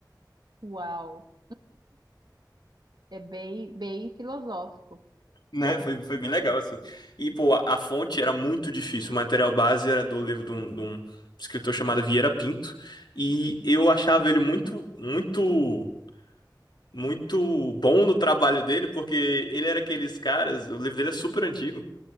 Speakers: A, on the right (about 70°); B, on the left (about 75°).
A: uau, é bem, bem filosófico.
B: Né? Foi, foi bem legal, assim. E, pô, a, a fonte era muito difícil. O material base era do livro de um, de um escritor chamado Vieira Pinto. E eu achava ele
A: Hum.
B: muito, muito, muito bom no trabalho dele, porque ele era aqueles caras. O livro dele é super antigo.